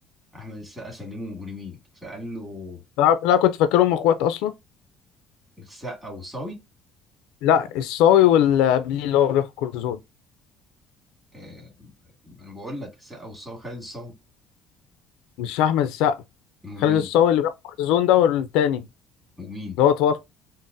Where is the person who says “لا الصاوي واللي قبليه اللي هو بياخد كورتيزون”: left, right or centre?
Left